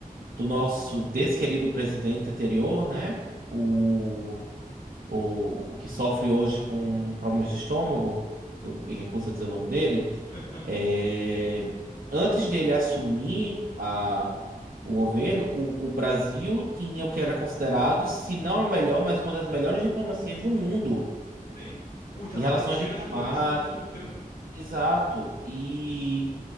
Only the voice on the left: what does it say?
<laughs>
Tem. O Itamaraty
era reconhecido no mundo inteiro.